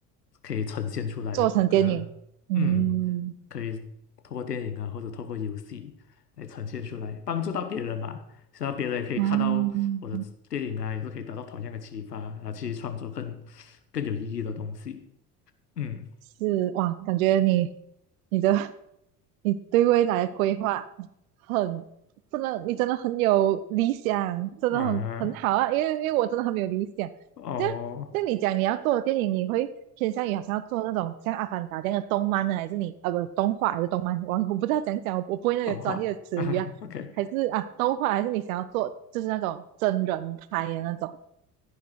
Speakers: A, on the left; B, on the right.
A: 可以呈现出来咯，
B: 做成电影，
A: 可能嗯，
B: 嗯，
A: 可以透过电影啊，或者透过游戏来呈现出来，帮助到别人吧，希望别人也可以看到我的电影啊，
B: 嗯，
A: 也是可以得到同样的启发，然后去创作更更有意义的东西，嗯
B: 是哇，感觉你你的 <laughs> 你对未来的规划很真的，你真的很有理想，真的很很好啊。
A: 啊。
B: 因为因为我真的很没有理想。
A: 哦，
B: 这样，像你讲你要做的电影，你会偏向于好像要做那种像《阿凡达》这样的动漫呢，还是你啊不动画还是动漫？我我不知道讲讲，我我不会那个专业的词语啊。
A: 动画啊 <laughs>，OK。
B: 还是啊动画，还是你想要做就是那种真人拍的那种？